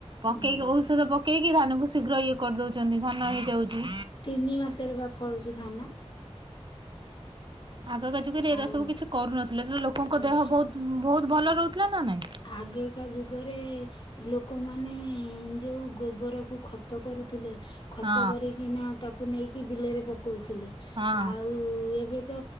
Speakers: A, on the right (about 45°); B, on the left (about 50°).
A: ପକେଇକି
B: ହୁଁ।
A: ଔଷଧ ପକେଇକି ଧାନ କୁ ଶୀଘ୍ର ଇଏ କରିଦଉଛନ୍ତି, ଧାନ ହେଇଯାଉଛି।
B: ନି ମାସରେ ବା ଫଳୁଛି ଧାନ।
A: ଆଗକା ଯୁଗରେ ଏରା
B: ଆଉ
A: ସବୁ କିଛି କରୁନଥିଲେ, ଲୋକଙ୍କ
B: ଏ
A: ଦେହ ବହୁତ ବହୁତ ଭଲ ରହୁଥିଲା ନା ନାଇଁ।
B: ଆଗକା ଯୁଗରେ ଲୋକମାନେ ଯୋଉ ଗୋବରକୁ ଖତ କରୁଥିଲେ। ଖତ
A: ହଁ
B: କରିକି ନା ତାକୁ ନେଇକି ବିଲରେ ପକଉଥିଲେ।
A: ହଁ।
B: ଉ ଏବେ ତ